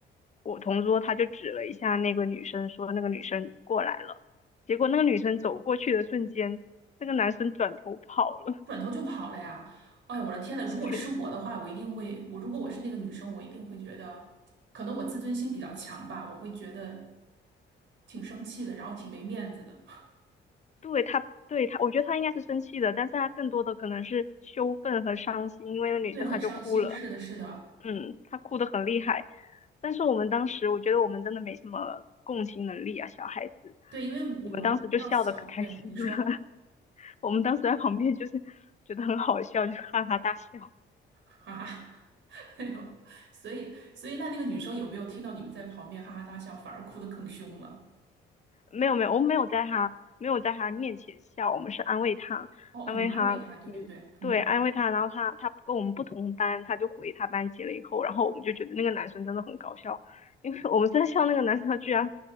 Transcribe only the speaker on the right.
转头就跑了呀？哎呀，我的天呐，如果是我的话，
我一定会，我如果我是那个女生，我一定会觉得，可能我自尊心比较强吧，我会觉得挺生气的，然后挺没面子的，
对，很伤心。是的，是的，
对，因为你我们比较小，
对，你说，
<laughs> 哈哈。<laughs> 哎呦，所以所以那那个女生有没有听到你们在旁边哈哈大笑，反而哭得更凶了？
哦，
你们安慰她，对对对，
嗯，